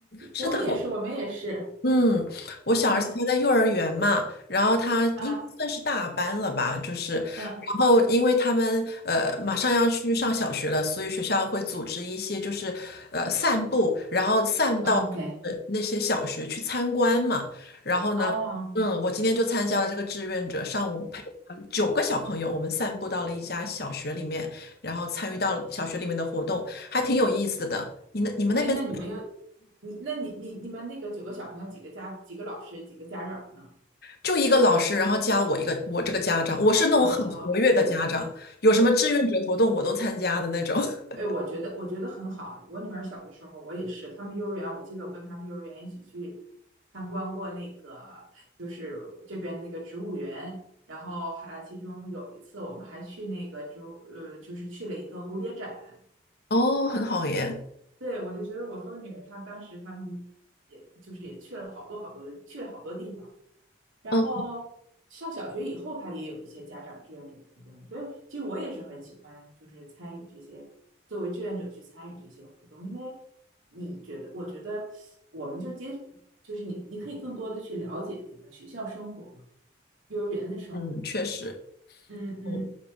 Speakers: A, on the left; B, on the right.
A: 是的，
B: 我们也是，我们也是，
A: 嗯，我小儿子他在幼儿园嘛，
B: 嗯
A: 然后他应该算是大班了吧，
B: 啊
A: 就是，
B: 嗯
A: 然后因为他们呃马上要去上小学了，所以学校会组织一些就是呃散步，然后散到呃那些小学去参观嘛。
B: 啊，OK，
A: 然后呢，
B: 哦，
A: 嗯，我今天就参加了这个志愿者，上午陪了九个小朋友，我们散步到了一家小学里面，然后参与到小学里面的活动，还挺有意思的。你那你们那边嗯。
B: 哎，那你们有你，那你你你们那个九个小朋友，几个家，几个老师，几个家长呢？
A: 就一个老师，然后加我一个我这个家长，我是那种很活跃的家长，
B: 啊，OK，
A: 有什么志愿者活动我都参加的那种。<laughs>
B: 哎，我觉得我觉得很好。我女儿小的时候，我也是，他们幼儿园，我记得我跟他们幼儿园一起去参观过那个，就是这边那个植物园。然后还其中有一次，我们还去那个植物，呃，就是去了一个蝴蝶展。
A: 哦，很好耶。
B: 对，我就觉得我和我女儿她当时她们也就是也去了好多好多的，去了好多地方。然后上小学以后，
A: 嗯
B: 她也有一些家长志愿者活动，所以其实我也是很喜欢，就是参与这些，作为志愿者去参与这些活动，因为你觉得，我觉得我们就接，就是你你可以更多的去了解那个学校生活嘛，幼儿园的生活嘛，
A: 嗯，确实。
B: 嗯嗯
A: 嗯，